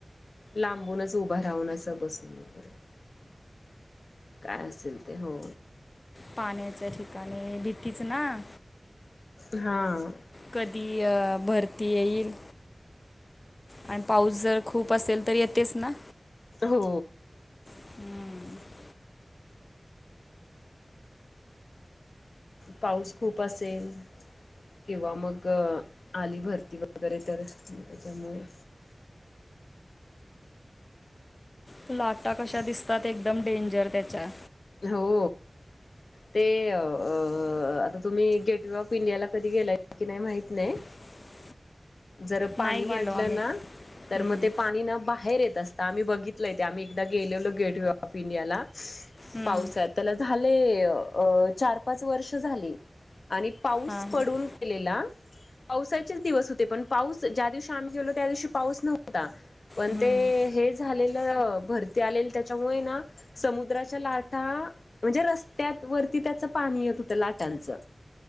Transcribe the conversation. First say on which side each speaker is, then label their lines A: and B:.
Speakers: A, on the left; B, on the left.
A: लांबूनचं उभं राहूंन असं बसूंन वगैरें कायं असेल ते हो
B: पाण्यांच्या ठिकाणीं भिकीच नां
A: हा
B: कधीं भरती येईल आणि पाऊस जरं खूंप असेल तरं येतेचं नां
A: हो
B: हम्म.
A: पाऊस खूंप असेलं किंवा मंग आंली भरती वगैरें तरं त्यांच्यामुळे
B: तुं लांटा कशायां दिसतांत एकदंम डेंजर त्यांच्या
A: हो ते आंता तुम्हीं गेट ऑफ इंडियाला कधीं गेलां की नाहीं माहित नाहीं
B: <unintelligible>
A: जरां
B: नाही
A: पाणी
B: गेलो
A: वाढलं
B: आम्ही कधी.
A: नां तरं
B: हम्म.
A: मंग ते पाणी नां बाहेर येतं असतां आम्हीं बघितलंय ते आम्हीं एकदां गेले होलो गेटवे ऑफ इंडियांला
B: हम्म.
A: पावसांत त्यांला झांले चार पांच वर्ष झालीं आणि पाऊस
B: हां हां
A: पडूंन गेलेलां पावसाचेच दिवसं होते पणं पाऊस ज्यां दिवशी आम्हीं गेलो त्यां दिवशी पाऊस नव्हतां पणं
B: हम्म.
A: ते हे झालेलं भरती आलेल त्यांच्यामुळे नां समुद्रांच्या लांटा आंता म्हणजे रस्त्या वरती त्यांचं पाणी येतं होतं लाटांचं